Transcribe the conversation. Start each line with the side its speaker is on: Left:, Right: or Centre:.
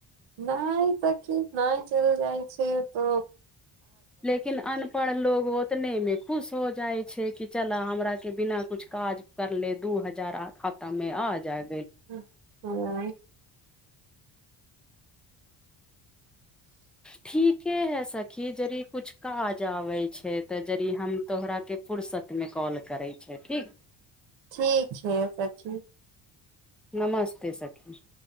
Right: नहय तऽ की नय चल जाइ छैय तऽ
Centre: लेकिन अनपढ़ लोक ओतने मे खुश हो जाय छैय कि चल हमरा के बिना कुछ काज करले दू हजार खाता मे आ जाय
Right: ह ह्म
Centre: ठीके है सखी जरी कुछ काज आबै छैय तऽ जरी हम तोहरा के फुर्सत में कॉल करै छै ठीक
Right: ठीक छैय सखी
Centre: नमस्ते सखी